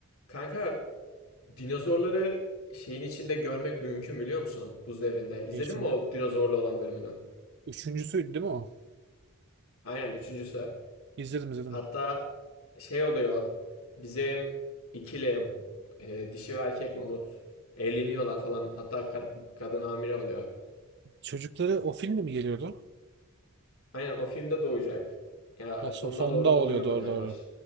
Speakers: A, on the left; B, on the right.
A: Kanka dinozorları şeyin içinde görmek mümkün biliyor musun? Buz devrinde. İzledin
B: Ne içinde?
A: mi o dinozorlu olan bölümünü?
B: Üçüncüsüydü değil mi o?
A: Aynen üçüncüsü.
B: İzledim izledim.
A: Hatta şey oluyor. Bizim ikili e, dişi ve erkek mamut evleniyorlar falan. Hatta ka- kadın hamile oluyor.
B: Çocukları o filmde mi geliyordu?
A: Aynen o filmde doğacak. Ya
B: Ha, so-
A: sonuna
B: sonda
A: doğru
B: oluyor
A: doğuyordu
B: doğru
A: galiba.
B: doğru.